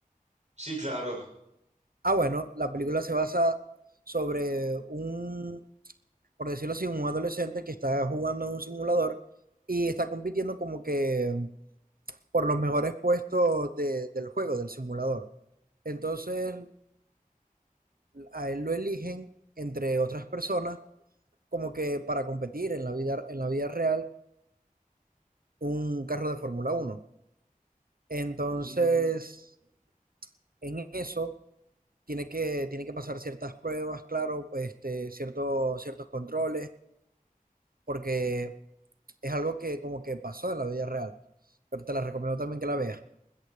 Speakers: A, on the right (about 50°); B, on the right (about 80°).
A: Sí, claro.
B: Ah, bueno, la película se basa sobre un, por decirlo así, un adolescente que está jugando en un simulador y está compitiendo como que por los mejores puestos de- del juego, del simulador. Entonces, a él lo eligen, entre otras personas, como que para competir en la vida, en la vida real, un carro de Fórmula uno Entonces,
A: Mm,
B: en eso, tiene que, tiene que pasar ciertas pruebas, claro, este, cierto- ciertos controles, porque es algo que como que pasó en la vida real. Pero te la recomiendo también que la veas.